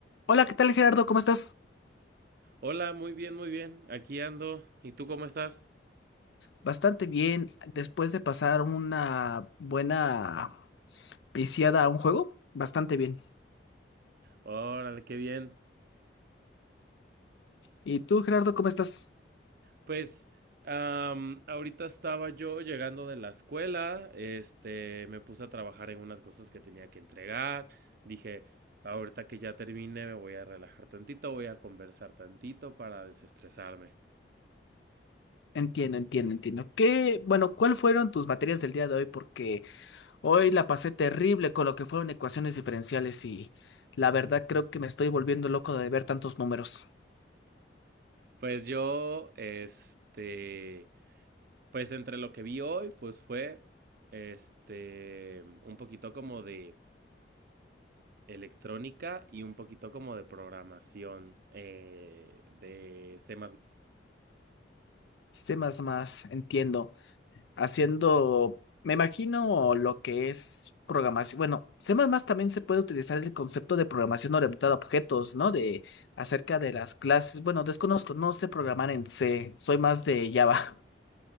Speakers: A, on the left; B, on the right.
A: Hola, ¿qué tal Gerardo? ¿Cómo estás?
B: Hola, muy bien, muy bien. Aquí ando. ¿Y tú cómo estás?
A: Bastante bien, después de pasar una buena viciada a un juego, bastante bien.
B: Órale, qué bien.
A: ¿Y tú, Gerardo, cómo estás?
B: Pues, am, ahorita estaba yo llegando de la escuela, este, me puse a trabajar en unas cosas que tenía que entregar. Dije, ahorita que ya termine, me voy a relajar tantito, voy a conversar tantito para desestresarme.
A: Entiendo, entiendo, entiendo. ¿Qué, bueno, cuál fueron tus materias del día de hoy? Porque hoy la pasé terrible con lo que fueron ecuaciones diferenciales y la verdad creo que me estoy volviendo loco de ver tantos números.
B: Pues yo, este, pues entre lo que vi hoy, pues fue, este, un poquito como de electrónica y un poquito como de programación eh, de C++.
A: Sé más, más, entiendo. haciendo, me imagino lo que es programación. Bueno, C++ también se puede utilizar el concepto de programación orientada a objetos, ¿no? De acerca de las clases. Bueno, desconozco, no sé programar en C, soy más de Java.